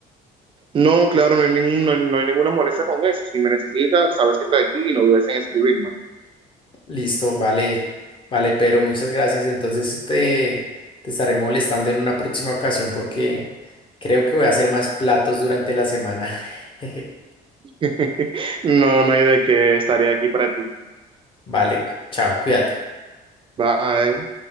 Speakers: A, on the right; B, on the left.
A: No, claro, no hay, ningún- no hay- no hay ninguna molestia con eso. Si me necesitas, sabes que estoy aquí y no dudes en escribirme.
B: Listo, vale, vale, pero muchas gracias. Entonces te, te estaré molestando en una próxima ocasión porque creo que voy a hacer más platos durante la semana. <laughs>
A: <laughs> No, no hay de qué, estaré aquí para ti.
B: Vale, cu- chao, cuídate.
A: Bye.